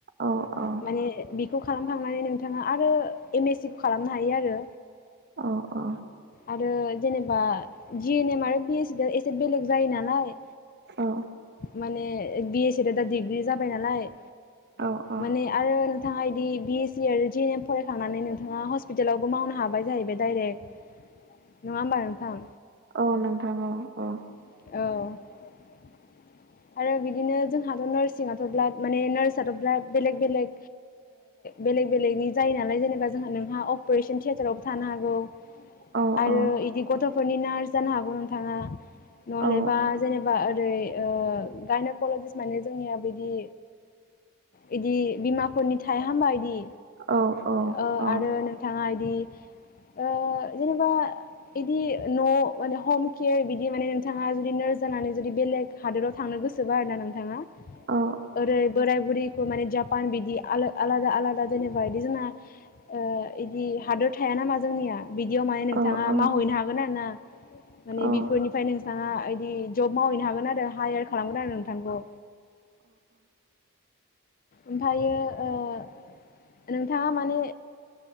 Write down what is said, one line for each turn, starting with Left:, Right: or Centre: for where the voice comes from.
Right: औ औ
Left: माने बिखौ। बेखौ खालामखांनानै नोंथाङा आरो एम एस सि खौ खालामनो हायो आरो।
Right: अ अ।
Left: आरो जेनेबा जि एन एम आरो बि एस सि दा एसे बेलेग जायो नालाय।
Right: औ
Left: माने। बि एस सि आथ दा डिग्रि जाबाय नालाय।
Right: औ औ
Left: माने आरो नोंथाङा। दि बिएस सि आरो जिएनएम फरायखांनानै नोंथाङा हस्पिटालावबो मावनो हाबाय जाहैबाय डाइरेक्ट। नङा होमबा नोंथां।
Right: औ नोंथां औ औ।
Left: औ। आरो बिदिनो जोंहाथ नार्सिंआथ ब्ला माने नार्सआथ ब्ला बेलेग बेलेग बेलेग बेलेगनि जायो नालाय जेनेबा जोंहा नोंहा। अपारेशन थियेटारावबो थानो हागौ
Right: औ
Left: आरो
Right: औ
Left: बिदि गथ। फोरनि नार्स जानो हागौ नोंथाङा। नहलेबा
Right: औ
Left: जेनेबा ओरै। ओ। गायनकलजिस्त माने जोंनिया बिदि बिदि बिमाफोरनि थाया हबा बिदि।
Right: औ
Left: ओ
Right: औ
Left: आरो नोंथाङा इ दि ओ जेनेबा इदि न' माने हम केयार बिदि माने नोंथाङा जुदि नोरस जानानै जुदि बेलेग हादोराव थ। थांनो गोसोबा आरो ना नोंथाङा
Right: औ
Left: ओरै बोराय बुरि खौ माने जापान बिदि आलो आलादा आलादा जेनेबा इदि जोंना ओ इदि हादोर थाया नामा जोंनिया? बिदियाव माने नोंथाङा
Right: औ औ
Left: मावहैनो हागोन आरो ना माने
Right: औ
Left: बिफोरनिफ्राय नों थाङा इदि जब मावहैनो हागोन आरो हायार खालामगोन आरो नोंथांखौ। ओमफायो ओ नोंथाङा माने